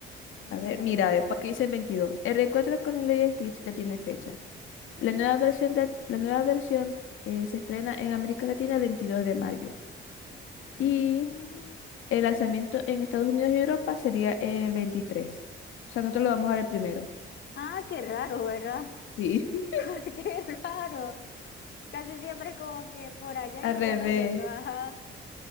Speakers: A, on the left; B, on the left.
A: A
B: No
A: ver,
B: sé la
A: mira,
B: porquería.
A: a ver, ¿por qué dice el 22? El reencuentro con Lilo y Stitch ya tiene fecha. La nueva versión, de, la nueva versión eh, se estrena en América Latina el 22 de mayo.
B: Mm.
A: Y el lanzamiento en Estados Unidos y Europa sería el 23. O sea, nosotros lo vamos a ver primero.
B: Ah, qué raro, ¿verdad?
A: Sí. <laughs>
B: <laughs> Qué raro. Casi siempre como que por allá
A: Al
B: y después
A: revés,
B: los otros. Ajá.